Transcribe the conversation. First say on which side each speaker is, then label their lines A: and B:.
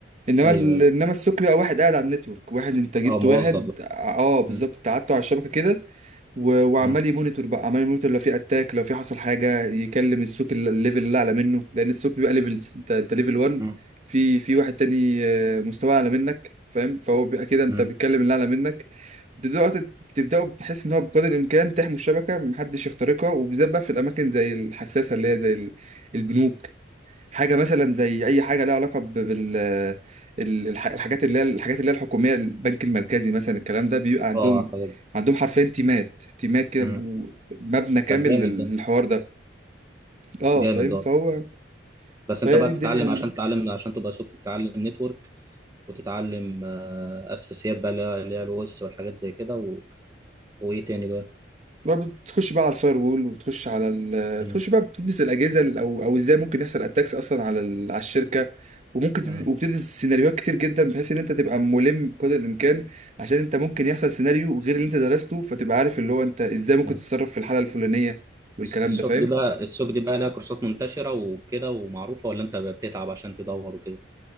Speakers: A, on the right; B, on the right.
A: انما
B: ايوه
A: ال...
B: ايوه
A: انما السوق بقى واحد قاعد على النتورك واحد انت جبت
B: اه موظف
A: واحد
B: بقى.
A: اه بالظبط
B: مم.
A: انت قعدته على الشبكه كده و- وعمال
B: مم.
A: يمونيتور بقى عمال يمونيتور لو في اتاك لو في حصل حاجه يكلم السوق ال- الليفل اللي اعلى منه لان السوق بيبقى ليفلز انت انت ليفل 1
B: مم.
A: في في واحد تاني آه، مستواه اعلى منك فاهم فهو بيبقى كده انت
B: مم.
A: بتكلم اللي اعلى منك بتبداوا تت- بتبداوا بحيث ان هو بقدر الامكان تحموا الشبكه محدش يخترقها وبالذات بقى في الاماكن زي الحساسه اللي هي زي ال- البنوك حاجه مثلا زي اي حاجه ليها علاقه ب- بال ال- الح- الحاجات اللي هي الحاجات اللي هي الحكوميه البنك المركزي مثلا الكلام ده بيبقى عندهم
B: اه حاجه
A: عندهم حرفيا تيمات تيمات كده
B: مم.
A: و- مبنى كامل
B: طب جامد
A: للحوار
B: ده
A: ده اه
B: جامد
A: فاهم
B: ده
A: فهو
B: بس
A: فهي
B: انت بقى
A: دي الدنيا
B: بتتعلم عشان تتعلم عشان تبقى سوق تتعلم نتورك وتتعلم آه، اساسيات بقى اللي هي اللي هي الاو اس والحاجات زي كده و... وايه تاني بقى
A: ما بتخش بقى على الفاير وول وبتخش على ال...
B: مم.
A: بتخش بقى بتدرس الاجهزه ال- او او ازاي ممكن يحصل اتاكس اصلا على ال... على الشركه وممكن تدرس...
B: مم.
A: وبتدرس سيناريوهات كتر جدا بحيث ان انت تبقى ملم بقدر الامكان عشان انت ممكن يحصل سيناريو غير اللي انت درسته فتبقى عارف اللي هو انت ازاي ممكن
B: مم.
A: تتصرف في الحاله الفلانيه والكلام
B: السوق
A: ده فاهم
B: دي بقى السوق دي بقى لها كورسات منتشرة وكده ومعروفة ولا انت بتتعب عشان تدور وكده